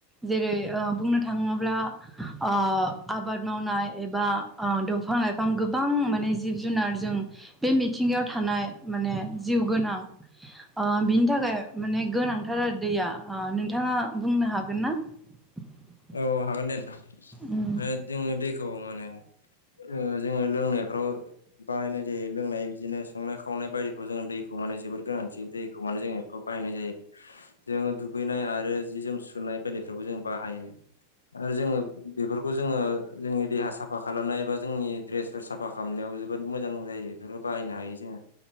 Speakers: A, in the centre; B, on the left (about 75°).
A: जेरै ओ-बुंनो थाङोब्ला। ओ-आबाद मावनाय एबा दंफां लाइफ गोबां गोबां माने जिब जुनारजों बे मिथिंगायाव थानाय माने जिउ गोनां। <unintelligible> ओ-बिनि थाखाय माने गोनांथार आरो दैया ओ-नोंथाङा बुंनो हागोन ना? <unintelligible>
B: औ हागोन दे नोंथां
A: उम
B: जोङो दैखौ माने। ओ-जोङो लोंनायफ्राव। बाहायनाय जायो लोंनाय बिदिनो संनाय खावनाय बायदिखौ जोङो दैखौ माने जोबोद गोनांथि दैखौ माने जोङो। खौ बाहायनाय जायो जोङो दुगैनाय आरो जि जोम सुनाय बेायलादिफोरखौ जों बाहायो। आरो जोङो बेफोरखौ जोङो जोंनि देहा साफा खालामनाय बा जोंनि द्रेसफोर साफा सफा खालामनायाव जोबोद मोजां जायो बेफोरखौ बाहायनो हायो जोङो